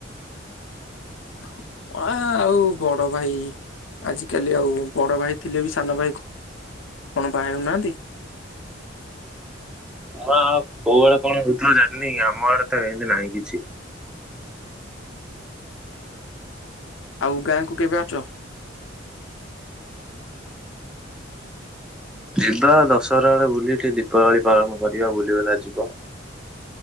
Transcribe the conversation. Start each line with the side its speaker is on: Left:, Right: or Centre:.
Left: ହଁ ଅ ଆଉ ବଣ ବଡ ଭାଇ ଆଜିକାଲି ଆଉ ବଡ ଭାଇ ଥିଲେ ବି ସାନ ଭାଇ କଣ ବାହା ହେଉନାହାନ୍ତି।
Centre: ହଉ କୋଉ ଆଡେ କଣ ଶୁଧ ଜାରିନି ଆମ ଆଡେ ତ ଏମତି ନାହିଁ କିଛି
Left: ଆଉ ଗାଁକୁ କେବେ ଆଉଚ।
Centre: ଯିବା ଦଶହରା ବେଳେ ବୁଲି ଟିକେ ଦୀପାବଳି ପାଳନ କରିବା ବୁଲି ବଲା ଯିବା।